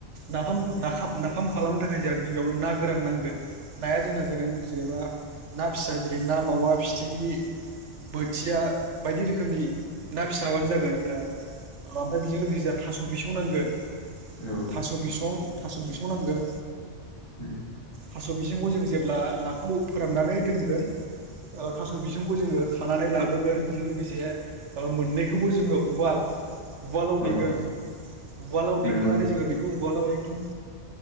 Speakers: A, on the right; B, on the left.
A: नाफाम नखाम नाफाम खालामनो थाखाय जोंहा गिबियावनो ना गोरान नांगोन। नाया जोंना जागोन जेनेबा ना फिसा जेरै ना मावा फिथिख्रि बोथिया
B: औ
A: बायदि रोखोमनि ना फिसाबानो जागोन जोंहा मफ्राय बेजों लोगोसे जोंहा थास' बिसं नांगोन।
B: औ
A: थास' बिसं थास' बिसं नामगोन।
B: उम
A: थास' बिजोंखौ जों जेब्ला नाखौ फोराननानै दोनगोन ओ थास' बिसंखौ जोङो खानानै लाबोगोन बेजों लोगोसे मोननैखौबो जोङो उवाल उवालाव
B: औ
A: देगोन उवालाव
B: नंगौ
A: देखांनानै जोङो बेखौ उवालाव ए दम